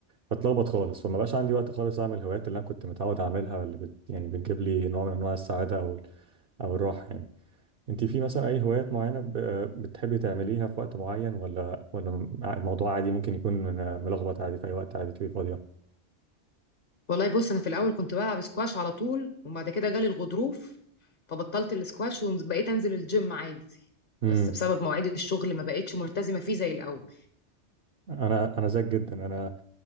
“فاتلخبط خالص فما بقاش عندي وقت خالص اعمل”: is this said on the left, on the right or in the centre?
Right